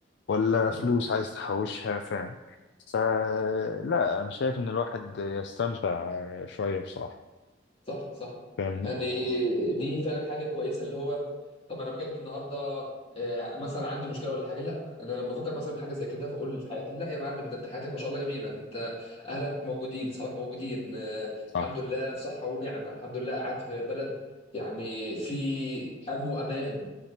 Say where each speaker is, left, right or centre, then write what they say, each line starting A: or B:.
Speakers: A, on the left; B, on the left.
A: ولا
B: آه،
A: فلوس عايز تحوشها فاهم فلا أنا شايف إن الواحد يستمتع شوية بصراحة
B: صح صح
A: فاهمني
B: يعني دي فعلا حاجة كويسة اللي هو طب أنا بجد النهاردة آه، مثلا عندي مشكلة ولا حاجة لا أنا لما أفكر مثلا بحاجة زي كده فأقول في حياتي لا يا معلم ده أنت حياتك ما شاء الله جميلة أنت أهلك موجودين صحابك موجودين آه،
A: صح
B: الحمد لله في صحة ونعمة الحمد لله قاعد في بلد يعني في أمن وأمان